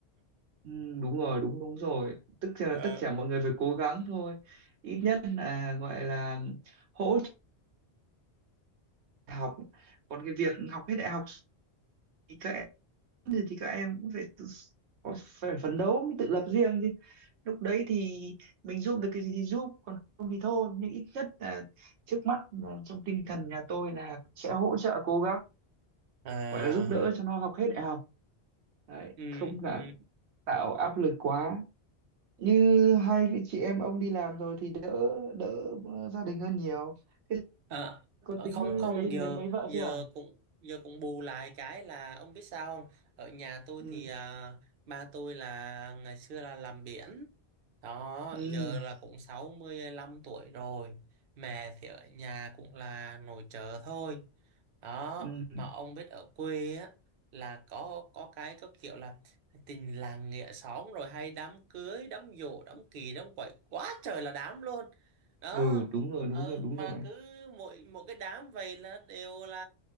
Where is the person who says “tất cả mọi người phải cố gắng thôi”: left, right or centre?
Right